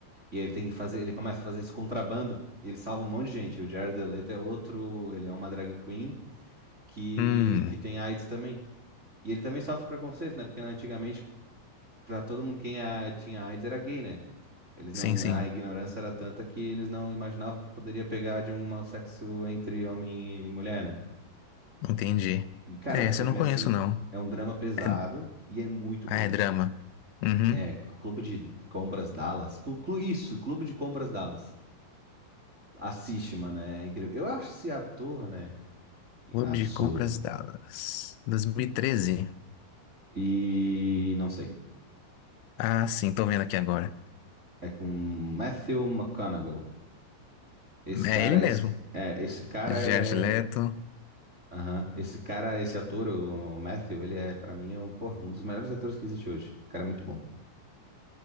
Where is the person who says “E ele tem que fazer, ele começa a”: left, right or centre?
Right